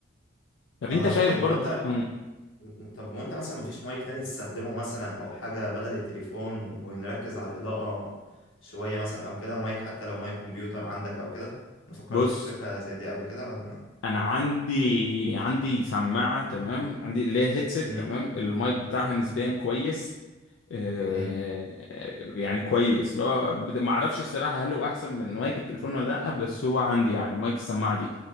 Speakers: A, on the left; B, on the left.
A: طب
B: آه
A: انت شايف
B: طيب
A: برضو
B: هو انت
A: مم.
B: و- و- طب وانت مثلا مفيش مايك تاني تستخدمه مثلا او حاجة بدل التليفون ونركز على الإضاءة شوية مثلا او كده مايك حتى لو مايك كمبيوتر عندك او كده ما فكرتش
A: بص
B: في فكرة زي دي قبل كده ولا
A: انا عندي عندي سماعه تمام عندي اللي هي هيدسيت
B: مم.
A: تمام المايك بتاعها نسبيا كويس آه،
B: مم.
A: يعني كويس لو ما اعرفش الصراحه هل هو احسن من مايك التليفون ولا لا بس هو عندي يعني مايك السماعه دي